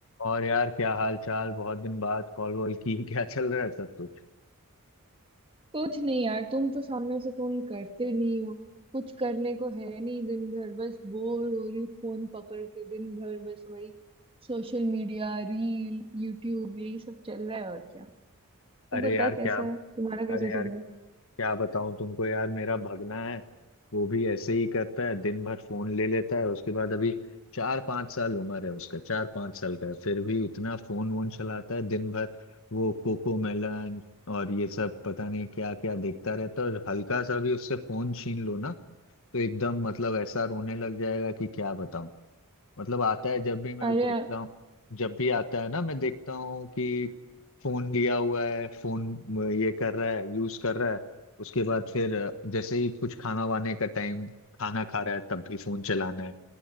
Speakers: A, on the left; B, on the right.
A: और यार क्या हाल चाल बहुत दिन बाद कॉल वॉल की <laughs> क्या चल रहा है सब कुछ
B: कुछ नहीं यार तुम तो सामने से फोन करते नहीं हो कुछ करने को है नहीं दिन भर बस बोर हो रही हूँ फोन पकड़ के दिन भर बस वही सोशल मीडिया रील यूट्यूब यही सब चल रहा है और क्या तू
A: अरे
B: बता
A: यार क्या
B: कैसा है तुम्हारा
A: अरे
B: कैसा
A: यार
B: चल रहा
A: क्या
B: है
A: बताऊं तुमको यार मेरा भगना है वो भी ऐसे ही करता है दिन भर फोन ले लेता है उसके बाद अभी चार पांच साल उम्र है उसका चार पांच साल का है फिर भी इतना फोन वोन चलाता है दिन भर वो कोको मेलन और ये सब पता नहीं क्या क्या देखता रहता है और हल्का सा भी उससे फोन छीन लो ना तो एकदम मतलब ऐसा रोने लग जाएगा कि क्या बताऊं मतलब आता है जब भी मैं
B: अरे
A: देखता हूँ जब भी आता है ना मैं देखता हूँ कि फोन लिया हुआ है फोन ये कर रहा है यूज कर रहा है उसके बाद फिर जैसे ही कुछ खाना वाने का टाइम खाना खा रहा है तब भी फोन चलाना है